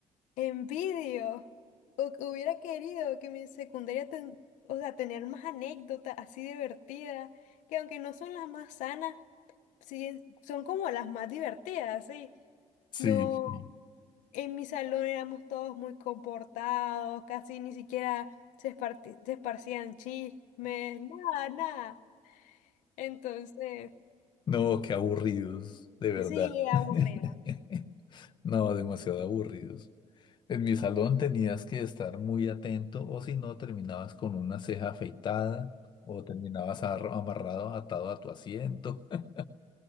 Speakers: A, on the left; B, on the left.
A: Envidio. O- hubiera querido que mi secundaria, ten- o sea, tener más anécdotas así divertidas, que aunque no son las más sanas, sí, son como las más divertidas, sí.
B: sí.
A: No,
B: sí.
A: en mi salón éramos todos muy comportados, casi ni siquiera se, esparti- se esparcían chismes, nada, nada. Entonces,
B: No, qué aburridos, de verdad.
A: sí, aburrida.
B: <laughs> No, demasiado aburridos. En mi salón tenías que estar muy atento o si no terminabas con una ceja afeitada o terminabas ar- amarrado, atado a tu asiento. <laughs>